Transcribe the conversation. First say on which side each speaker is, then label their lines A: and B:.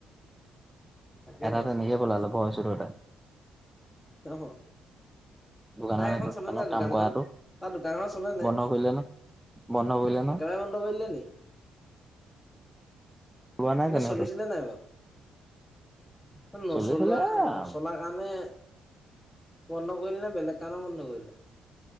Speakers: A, on the left (about 20°); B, in the centre.
A: তাকেহে
B: এটা -এটা নিজে পলালে ভয়ছোততে
A: তেওঁ হ
B: দোকানত
A: তাই এখন চলে
B: দোকানত
A: নাই দোকানখন
B: কাম কৰাটো
A: তাৰ দোকানখন চলে নাই
B: বন্ধ কৰিলে ন বন্ধ কৰিলে ন
A: একেবাৰে বন্ধ কৰি দিলে নি
B: ওলোৱা নাই
A: এনেই
B: জানো
A: চলিছে
B: সেইটো
A: নে নাই বাৰু নচলোৱা
B: চলিছিলে
A: নচলা কাৰণে বন্ধ কৰিলে নে বেলেগ কাৰণেও বন্ধ কৰিলে